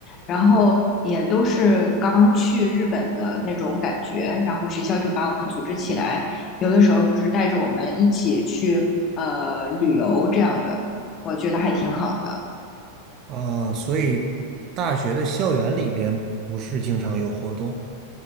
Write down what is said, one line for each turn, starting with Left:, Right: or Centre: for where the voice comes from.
Left: 然后也都是刚去日本的那种感觉，然后学校就把我们组织起来。有的时候就是带着我们一起去呃旅游这样的，我觉得还挺好的。
Right: 啊，所以大学的校园里边不是经常有活动。